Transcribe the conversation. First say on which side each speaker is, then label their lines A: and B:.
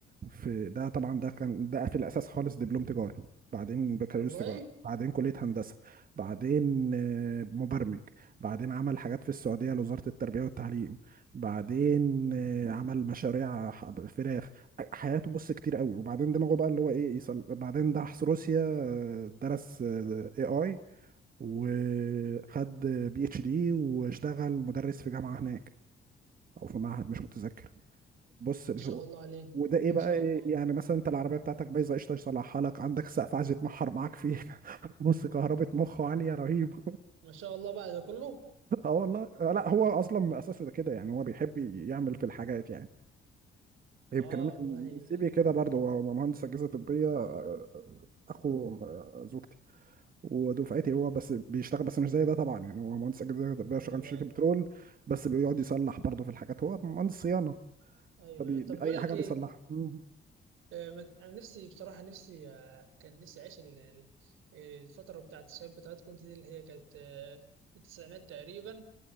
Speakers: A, on the right (about 45°); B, on the right (about 85°).
A: في ده طبعا ده كان ده في الاساس خالص دبلوم تجاره بعدين بكالوريوس
B: والله
A: تجاره بعدين كليه هندسه بعدين آه، مبرمج بعدين عمل حاجات في السعودية لوزارة التربية والتعليم بعدين آه، عمل مشاريع ح- فراخ حياته بص كتير قوي وبعدين دماغه بقى اللي هو ايه يصل بعدين راح روسيا آه، درس اي اي وخد بي اتش دي واشتغل مدرس في جامعة هناك او في معهد مش متذكر بص اللي
B: ما شاء
A: هو
B: الله عليه
A: وده ايه
B: ما
A: بقى
B: شاء
A: إيه
B: الله
A: يعني مثلا انت العربيه بتاعتك بايظه قشطه يصلحها لك عندك سقف عايز يتمحر معاك فيه <laughs> بص كهربة مخه عاليه رهيبه
B: ما شاء الله بعد ده كله
A: اه والله آه لا هو اصلا من اساسه ده كده يعني هو بيحب يعمل في الحاجات يعني يمكن
B: اه
A: انا
B: والله
A: سي في كده برضه هو مهندس اجهزه طبيه آه، آه، اخو آه، زوجتي ودفعتي هو بس بيشتغل بس مش زي ده طبعا يعني هو مهندس اجهزه طبيه
B: ايوه
A: شغال في شركه
B: ايوه
A: بترول بس بيقعد يصلح برضه في الحاجات هو مهندس صيانه
B: ايوه
A: فبي
B: أيوة. طب بقول
A: اي
B: لك
A: حاجه
B: ايه
A: بيصلحها مم.
B: آه، ما- انا نفسي بصراحه نفسي آه، كان نفسي اعيش ال- ال- الفتره بتاعت الشباب بتاعت كنت دي اللي هي كانت آه، التسعينات تقريبا